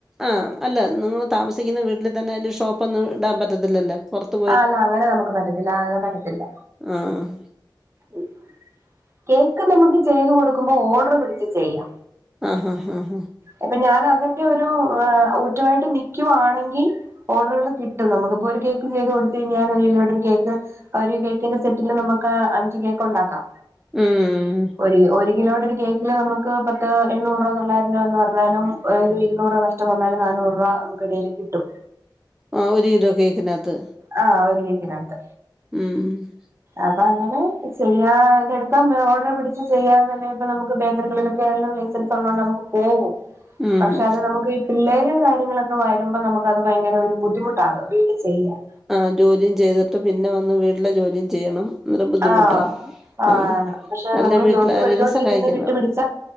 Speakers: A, in the centre; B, on the right.
A: ആഹ് അല്ല നിങ്ങള് താമസിക്കുന്ന വീട്ടില് തന്നെ അയില് ഷോപ്പൊന്നും ഇടാൻ പറ്റത്തില്ലല്ലേ പുറത്ത്
B: ആഹ് അല്ല അങ്ങനെ നമുക്ക് പറ്റത്തില്ല ആഹ് അങ്ങനെ പറ്റത്തില്ല.
A: ആഹ്
B: ഉം കേക്ക് നമുക്ക് ചെയ്ത് കൊടുക്കുമ്പൊ ഓഡർ പിടിച്ച് ചെയ്യാ.
A: ആഹഹാഹ
B: അപ്പൊ ഞാൻ അതിന്റെയൊരു ഏഹ് ഊറ്റവായിട്ട് നിക്കുവാണെങ്കി ഓഡറുകൾ കിട്ടും നമുക്കിപ്പൊരു കേക്ക് ചെയ്ത് കൊടുത്ത് കയിഞ്ഞാൻ ഒരുകിലോടൊരു കേക്ക് ആ ഒരു കേക്കിന്റെ സെറ്റില് നമുക്ക് അഞ്ച് കേക്ക്ണ്ടാക്കാം.
A: ഉം
B: ഒരു ഒരു കിലോടൊരു കേക്കില് നമുക്ക് പത്ത് എണ്ണൂറ് രൂപ തൊള്ളായിരം രൂപന്ന് പറഞ്ഞാലും ഒരു ഇരുന്നൂറ് രൂപ നഷ്ടംവന്നാലും നാന്നൂറ് രൂപ നമുക്ക് ഡെയിലി കിട്ടും
A: ആഹ് ഒരു കിലോ കേക്കിനകത്ത്
B: ആഹ് ഒരു കേക്കിനകത്ത്
A: ഉം
B: അപ്പങ്ങനെ ചെയ്യാ ഇതെടുക്കാം ഓഡർ പിടിച്ചു ചെയ്യാന്ന്ണ്ടേപ്പം നമുക്ക് ബേക്കറികളിൽ ക്കാനുള്ള ലൈസൻസുള്ളോണ്ട് നമുക്ക് പോകും
A: ഉം
B: പക്ഷെ അത് നമുക്ക് ഈ പിള്ളേരും കാര്യങ്ങളൊക്കെ വരുമ്പം നമു ക്കത് ഭയങ്കരൊര് ബുദ്ധിമുട്ടാ അത് വീട്ടി ചെയ്യാൻ.
A: ആഹ് ജോലിയും ചെയ്തിട്ട് പിന്നെ വന്ന് വീട്ടിലെ ജോലിയും ചെയ്യണം. അന്നേരം ബുദ്ധിമുട്ടാ
B: ആഹ് ആണാണ്
A: ആ
B: പക്ഷെ
A: അല്ല
B: നമ്മള്
A: വീട്ടിൽ
B: ജോലിക്ക്
A: ആരേലും
B: പോയ്ക്കോണ്ടിരിക്കുന്നത്
A: സഹായിക്കണം
B: വിട്ടു പിടിച്ചാ